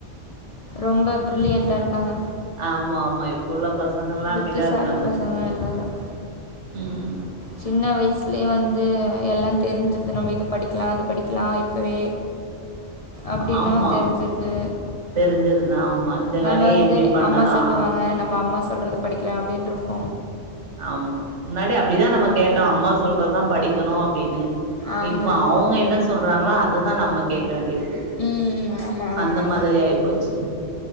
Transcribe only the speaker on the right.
ஆமா ஆமா இப்புள்ள பசங்கல்லா
அப்டிதா இருக்கானுங்க
ம்
ஆமா
தெரிஞ்சிருது ஆமா இந்த
வேலைய
எப்டி பண்ணலா
ஆமா முன்னாடி அப்டிதா நம்ம கேட்டோ அம்மா சொல்றதுதா படிக்கணு அப்டின்னு
இப்ப அவுங்க என்ன சொல்றாங்களோ அததா நம்ம கேக்க வேண்டி இருக்கு
அந்த மாதிரி ஆயிப்போச்சு